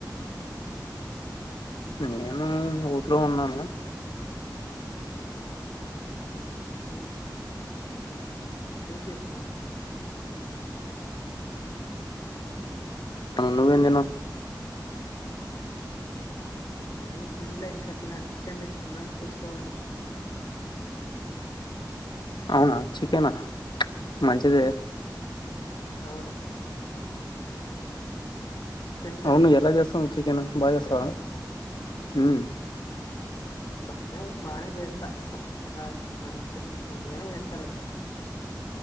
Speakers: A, on the left; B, on the left.
A: నేను ఊర్లో ఉన్నాను
B: ఉమ్ ఏం చేస్తున్నావ్
A: తను నువ్వు ఏం తిన్నావ్
B: నేను తినలే ఇంకా తినాలి చికెన్ తెచ్చుకున్నా చేసుకోవాలి
A: అవునా చికెనా మంచిదే
B: అవును తెలుసా
A: అవును
B: నీకు
A: ఎలా చేస్తావు చికెన్ బా చేస్తావ హూ
B: బానే బానే చేస్తా ఒక్క మంచిగా మంచిగానే చేస్తాలే